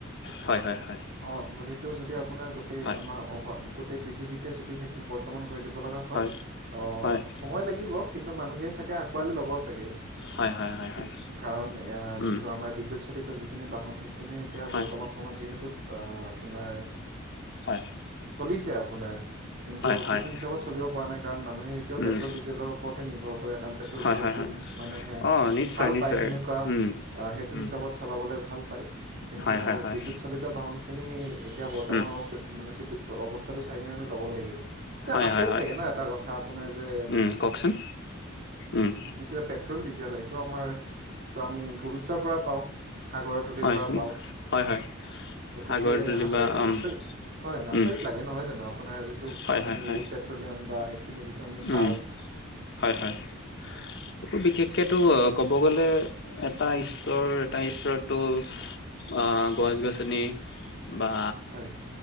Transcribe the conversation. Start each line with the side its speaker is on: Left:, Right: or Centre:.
Left: হয় হয় হয়
Right: অ গোটেইটো যদি আপোনাৰ গোটেই
Left: হয়
Right: আমাৰ ঔষ গোটেই পৃথিতে যদি সেইটো বৰ্তমান কৰি দিব
Left: হয়
Right: অ
Left: হয়।
Right: সময় লাগিব কিন্তু মানুহে চাগে আকোৱালি লব চাগে।
Left: হয় হয় হয়
Right: কিদ
Left: হয়
Right: কাৰণ এয়া
Left: উম
Right: যিটো আমাৰ বিদ্যুৎ চলিত যি বাহন সেইখিনিও এতিয়া
Left: হয়
Right: বৰ্তমান সময়ত যিহেতু আ আপোনাৰ
Left: হয়।
Right: ছে আপোনাৰ কিন্তু
Left: হয় হয় হয়
Right: সেইটো হিচাপত চলিব পৰা নাই কাৰণ মানুহেই এতিয়াও
Left: উম
Right: পেট্ৰল ডিজেলৰ ওৰতে নিৰ্ভৰ কৰে কাৰণ পেট্ৰল
Left: হয়
Right: ডিজেলটো
Left: হয় হয়
Right: মানুহে
Left: অ নিশ্চয়
Right: ভাল
Left: নিশ্চয়
Right: পায় সেনকা
Left: উম
Right: অ, সেইটো
Left: উম
Right: হিচাপত চলাবলৈ ভাল পায়। কিন্তু
Left: হয় হয় হয়
Right: বিদ্যুৎ চালিত বাহনখিনি এতিয়া বৰ্তমান
Left: উম
Right: অৱস্থাত মানে চিটো অৱস্থাটো চাই কেনে মানে লব লব লাগিব তে
Left: হয়
Right: আচৰিত
Left: হয় হয়
Right: লাগে ন' এটা কথা আপোনাৰ যে
Left: উম কওকচোন উম
Right: যিটো এ পেট্ৰল, ডিজেল এইটো আমাৰ ত'আমি ভূপিস্থৰ পৰা পাওঁ। সাগৰৰ তলিৰ
Left: হয়-হয়-হয়
Right: পৰা পাওঁ গতিকে
Left: আগৰ <unintelligible>
Right: আচৰিত
Left: উম
Right: আচৰিত হয় আচৰিত
Left: উম
Right: লাগে নহয় জানো আপোনাৰ যিটো
Left: হয়
Right: আমি
Left: হয় হয়
Right: এই পেট্ৰলিয়াম বা এইখিনি যিটো আমি
Left: উম,
Right: পাওঁ
Left: হয়- হয়। এইটো বিশেষকেটো কব গলে এটা ষ্টৰ - এটা ষ্টৰত টো আ গছ-গছনি বা
Right: হয়